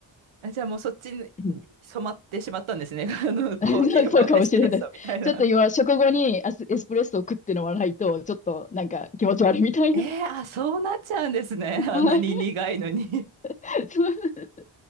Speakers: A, on the right; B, on the left.
A: あ、じゃあもうそっちに染まってしまったんですね。
B: うん
A: <laughs> あの、コーヒーはエスプレッソみたいな。
B: <laughs> そうかもしれないです。ちょっと今、食後にアスエスプレッソを食って飲まないと、ちょっとなんか気持ち悪いみたいな。
A: えー、あ、そうなっちゃうんですね。<laughs> あんなに苦いのに。
B: <laughs> はいそう